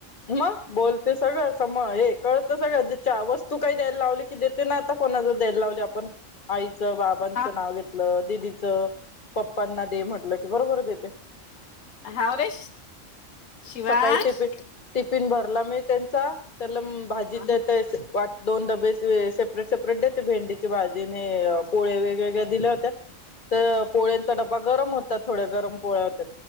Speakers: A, on the left (about 40°); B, on the left (about 70°).
A: मग बोलते सगळं स मग हे कळतं सगळं ज्याच्या वस्तू काही द्यायला लावली की देते ना आता कोणा ज द्यायला लावली आपण आई बाबांचं
B: हा
A: नाव घेतलं दिदीचं पप्पांना दे म्हटलं की बरोबर देत
B: हाव रेश शिवांश
A: सकाळी टिफिन <unintelligible> मी त्यांचा तर लम भाजी
B: हा
A: चे ते पाठ दोन डबे से सेपरेट सेपरेट देते भेंडीची भाजी न हे पोळे वेगवेेगळ्या दिल्या होत्या तर पोळ्यांचा डबा गरम हो त्या थोड्या गरम पोळ्या होत्या